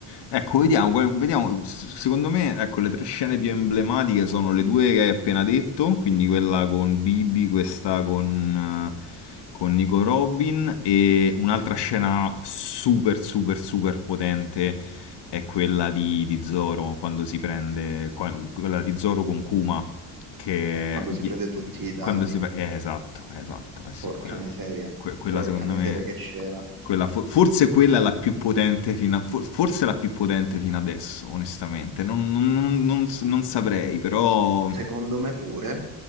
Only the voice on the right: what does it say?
Quando
si prende tutti i danni.
Porca
miseria,
porca
miseria
che scena.
Secondo me pure.